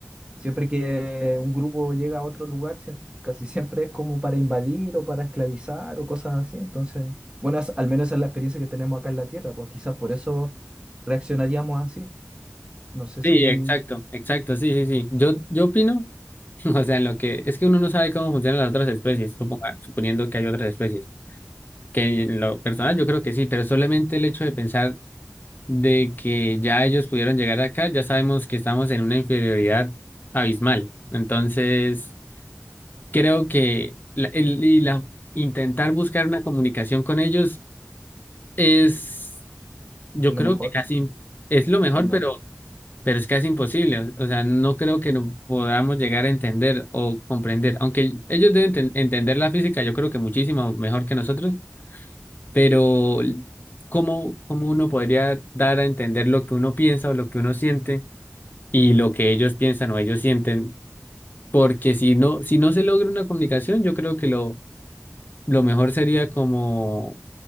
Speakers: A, on the right; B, on the left.
A: Siempre que un grupo llega a otro lugar, siem- casi siempre es como para invadir o para esclavizar o cosas así. Entonces, bueno, es- al menos esa es la experiencia que tenemos acá en la Tierra, pues quizás por eso reaccionaríamos así. No sé si
B: Sí,
A: es
B: exacto, exacto, sí, sí, sí. Yo, yo opino. <laughs> O sea, en lo que es que uno no sabe cómo funcionan las otras especies, suponga- suponiendo que hay otras especies, que en lo personal yo creo que sí, pero solamente el hecho de pensar de que ya ellos pudieron llegar acá, ya sabemos que estamos en una inferioridad abismal. Entonces, creo que la- el, y la- intentar buscar una comunicación con ellos es, yo
A: lo
B: creo
A: mejor
B: que casi es lo mejor,
A: o no.
B: pero pero es casi imposible. O sea, no creo que no podamos llegar a entender o comprender, aunque ellos deben ten- entender la física, yo creo que muchísimo mejor que nosotros, pero ¿cómo, cómo uno podría dar a entender lo que uno piensa o lo que uno siente y lo que ellos piensan o ellos sienten? Porque si no, si no se logra una comunicación, yo creo que lo, lo mejor sería como